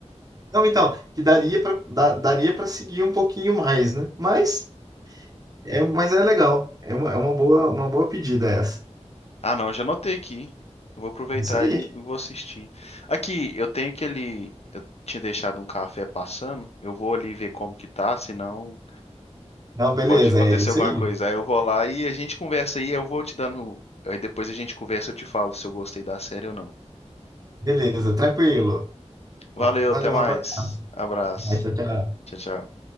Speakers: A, on the right; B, on the left.
A: Não, então, que daria para daria para seguir um pouquinho mais, né? Mas é, mas é legal. É uma, é uma boa, uma boa pedida essa.
B: Ah, não, eu já anotei aqui. Eu vou aproveitar
A: Isso aí.
B: e e vou assistir. Aqui, eu tenho aquele. Eu tinha deixado um café passando. Eu vou ali ver como que tá, senão
A: Não, beleza,
B: pode acontecer
A: é isso
B: alguma
A: aí.
B: coisa. Aí eu vou lá e a gente conversa aí. Eu vou te dando. Aí depois a gente conversa e eu te falo se eu gostei da série ou não.
A: Beleza, tranquilo.
B: Valeu,
A: Ó, Valeu,
B: até mais.
A: um abraço.
B: Abraço.
A: Tchau, tchau.
B: Tchau, tchau.